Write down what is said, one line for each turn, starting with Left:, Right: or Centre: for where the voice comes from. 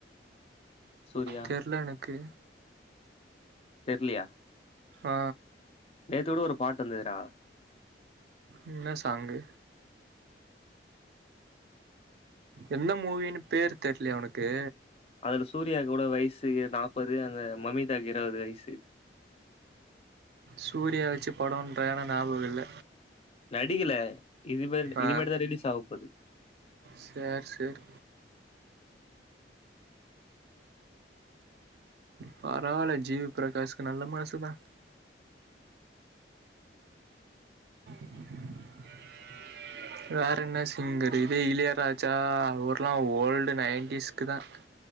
Left: சூர்யா
Right: தெர்ல எனக்கு
Left: தெர்லியா
Right: ஆ
Left: நேத்து கூட ஒரு பாட் வந்துதுடா
Right: ம் ன்ன சாங்கு எந்ந மூவீனு பேர் தெர்லயா ஒனுக்கு
Left: அதுல சூர்யாக் கூட வய்சு யே நாப்பது அந்த மம்மிதாக் இருவது வயசு
Right: சூர்யா வெச்சு படோன்றே என ஞாபகோ இல்ல
Left: நடி கல இது மர்டு இது
Right: ஆ
Left: மேட்டுதா ரிலீஸ் ஆவ் போது
Right: சேர் சேர் பரவால்ல ஜி வி ப்ரகாஷ்க்கு நல்ல மனசு தா <unintelligible> வேற என்ன சிங்கரு இதே இளயராஜா அவர்லாம் ஓல்டு நைன்டிஸ்க்கு தான்